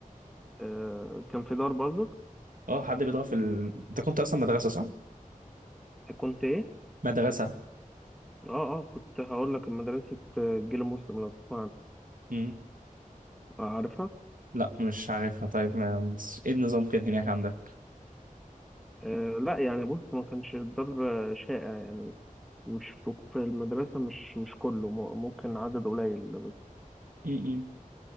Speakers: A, in the centre; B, on the right.
A: آه كان في دار برضك
B: اه حد بيضغط في ال... انت كنت اصلا مدرسة صح؟
A: كنت ايه
B: مدرسة
A: اه اه كنت هقول لك مدرسة آه، جيل مسلم لو تسمع عنها.
B: م.
A: آه، عارفها
B: لا مش عارفها طيب ما... بس ايه النظام كان هناك عندك؟
A: آه لا يعني بص ما كانش الضرب شائع يعني مش في في المدرسة مش مش كله م- ممكن عدد قليل
B: م- م.